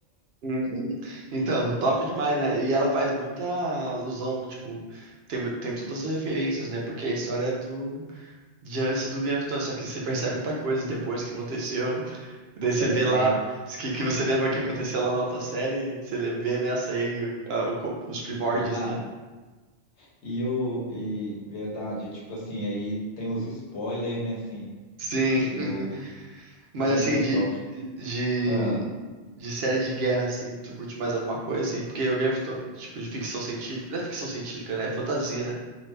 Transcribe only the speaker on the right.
Uhum. Então, top demais, né? E ela faz muita alusão, tipo, tem, mu- tem todas as referências, né? Porque a história é do de antes do Game of Thrones, só que você percebe muita coisa depois que aconteceu, e daí você
vê lá que, que você lembra que aconteceu lá na outra série, você lê- vê nessa aí o- a- o com- os primórdios,
né?
Sim.
<laughs> Mas
assim, de,
de,
de série de guerra, assim, tu curte mais alguma coisa, assim? Porque o Game of Thrones, tipo, de ficção científica, não é ficção científica, né? É fantasia, né?